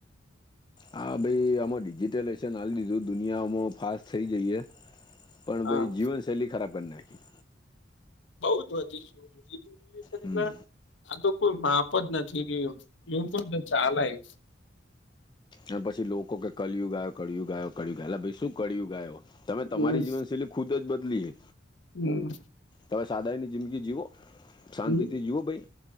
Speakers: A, on the left; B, on the left.
A: હ ભાઈ અમાર ડિજિટલશેન આલી દીધુ દુનિયા અમો ફાસ્ટ થઈ જાઈએ. પણ
B: હા
A: ભાઈ જીવનશૈલી ખરાબ કરી નાખી.
B: બઉ જ વધી એટ <unintelligible>
A: હમ
B: આ તો કોઈ માપ જ નથી રહ્યુ એવું પણ ચાલેય.
A: અને પછી લોકો કે કળયુગ આયો કળયુગ આયો ક્ળયુગ આયો એટલે ભાઈ શું કિ્યું ગાયો, તમે તમારી
B: હમ
A: જીવનશૈલી ખુદ જ બદલીએ.
B: હમ.
A: તમે સાદાઈની જિંદગી જીવો, શાંતિથી
B: હમ
A: જીવો ભઈ,